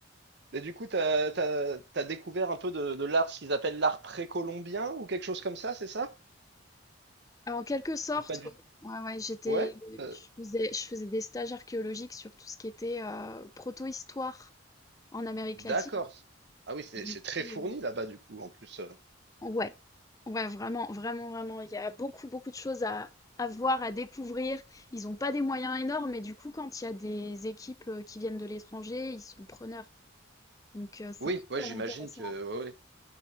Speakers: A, on the right; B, on the left.
A: Mais du coup, t'as, t'as, t'as découvert un peu de, de l'art, ce qu'ils appellent l'art précolombien ou quelque chose comme ça, c'est ça?
B: Euh, En quelque sorte,
A: Ou pas du...
B: ouais, ouais, ouais, j'étais,
A: Ouais? euh,
B: je faisais, je faisais des stages archéologiques sur tout ce qui était euh, proto-histoire en Amérique
A: d'accord.
B: latine.
A: Ah oui, c'est
B: Et du
A: c'est très
B: coup,
A: fourni là-bas du coup, en plus. euh.
B: euh, ouais, ouais, vraiment, vraiment, vraiment, il y a beaucoup, beaucoup de choses à, à voir, à découvrir. Ils n'ont pas des moyens énormes, mais du coup, quand il y a des équipes euh, qui viennent de l'étranger, ils sont preneurs. Donc, euh, c'est
A: Oui,
B: hyper
A: ouais, j'imagine
B: intéressant,
A: que. ouais, ouais.